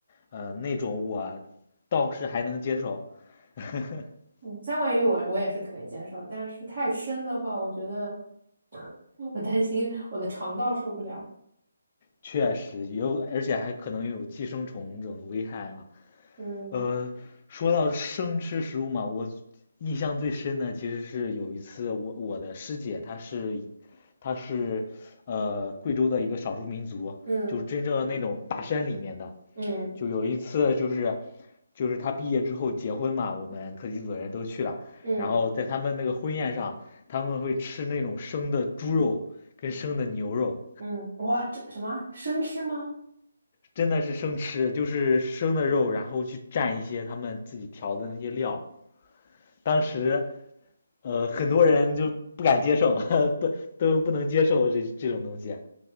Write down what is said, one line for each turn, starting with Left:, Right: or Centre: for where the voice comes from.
Left: 呃，那种我倒是还能接受，<laughs>
Right: 嗯，三文鱼我我也是可以接受，但是太生的话，我觉得我担心我的肠道受不了。
Left: 确实有，而且还可能有寄生虫这种危害嘛。
Right: 嗯
Left: 呃，说到生吃食物嘛，我印象最深的其实是有一次我，我的师姐她是她是呃贵州的一个少数民族，
Right: 嗯
Left: 就是真正的那种大山里面的。
Right: 嗯
Left: 就有一次就是就是她毕业之后结婚嘛，我们课题组的人都去了，
Right: 嗯
Left: 然后在他们那个婚宴上，他们会吃那种生的猪肉跟生的牛肉，
Right: 嗯，哇，这什么生吃吗？
Left: 真的是生吃，就是生的肉，然后去蘸一些他们自己调的那些料。当时呃，很多人就不敢接受，<laughs> 都都不能接受这这种东西啊。